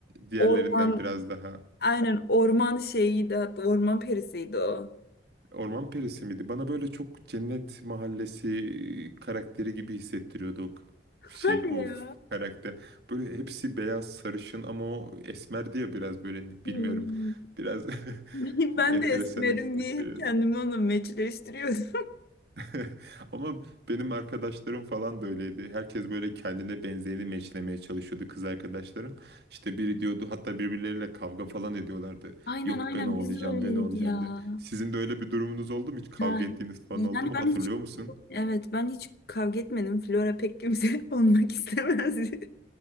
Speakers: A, on the right; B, on the left.
A: diğerlerinden
B: orman
A: biraz daha
B: aynen orman şeyiydi hatta orman perisiydi o.
A: Orman Perisi miydi? Bana böyle çok Cennet Mahallesi karakteri gibi hissettiriyordu o k- şey
B: Hadi
A: o
B: ya.
A: f- karakter. Böyle hepsi beyaz sarışın ama o esmerdi ya biraz böyle
B: Hmm.
A: bilmiyorum. Biraz
B: <laughs>
A: <laughs>
B: Ben
A: enteresan
B: de Esmer'im
A: hissettiriyordu.
B: diye hep kendimi onunla meçleştiriyordum.
A: <laughs> Ama benim arkadaşlarım falan da öyleydi. Herkes böyle kendine benzeyeni meçlemeye çalışıyordu kız arkadaşlarım. İşte biri diyordu hatta birbirleriyle kavga falan ediyorlardı.
B: <laughs> Aynen
A: Yok
B: aynen
A: ben o olacağım
B: biz de öyleydik
A: ben o olacağım
B: ya.
A: diye. Sizin de öyle bir durumunuz oldu mu? Hiç kavga
B: Ha,
A: ettiğiniz falan
B: yani
A: oldu mu?
B: ben
A: Hatırlıyor
B: hiç
A: musun?
B: evet ben hiç kavga etmedim. Flora pek kimse <laughs> olmak istemezdi.